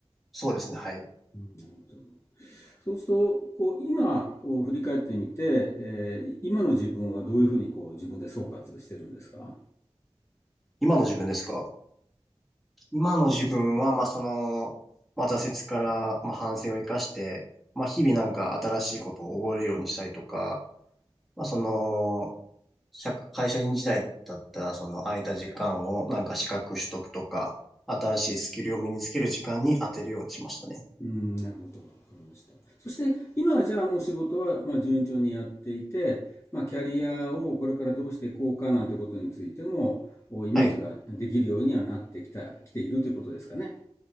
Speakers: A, in the centre; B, on the left.
A: そうですね。はい。
B: うん、なるほど。そうすると、こう、今、こう、振り返ってみて、えー今の自分はどういうふうに、こう、自分で総括してるんですか
A: 今の自分ですか今の自分は、まあ、その、まあ、挫折から、まあ、反省を生かして、まあ、日々なんか新しいことを覚えるようにしたりとか、まあ、その、社会社員時代だったら、その空いた時間をなんか資格取得とか、新しいスキルを身につける時間に当てるようにしましたね。
B: うん、なるほど。わかりました。そして、今はじゃあもう仕事は、まあ、順調にやっていて、まあ、キャリアをこれからどうしていこうかなんてことについても、おイメージができるようにはなってきた、
A: はい。
B: きているということですかね。